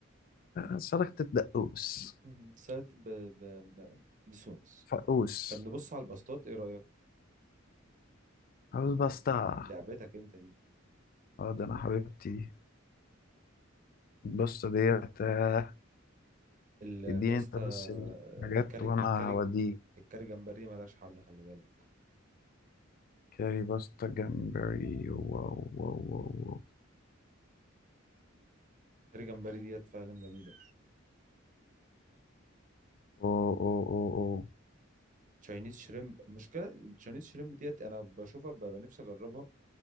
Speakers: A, on the left; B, on the right.
A: سلطة دقوس
B: مم. سلطة ب... ب... ب- بسونس
A: فقوس
B: طب نبص على الباستات ايه رأيك
A: عاوز بسطة
B: لعبتك انت دي
A: اه ده انا حبيبتي الباستا ديت آه،
B: الباستا
A: اديني انت بس
B: آه،
A: الحاجات
B: الكاري
A: وانا
B: الكاري
A: هوديك
B: الكاري جمبري ملهاش حل خلي بالك
A: كاري باستا جمبري واو واو واو واو
B: الكاري جمبري ديت فعلا جميلة
A: أو أو أو أو.
B: تشاينيز شريمب المشكله التشاينيز شريمب ديت انا بشوفها ببقى نفسي اجربها